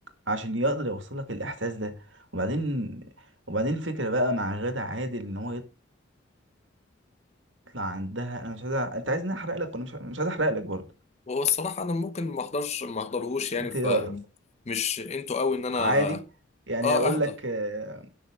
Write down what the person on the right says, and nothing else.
عشان يقدر يوصل لك الإحساس ده وبعدين وبعدين فكرة بقى مع غادة عادل إن هو يطلع عندها أنا مش عايز أ- أنت عايزني أحرق لك وأنا مش مش عايز أحرق لك برضه
أنت
إيه رأيك؟
عادي يعني
أقول
لك آه،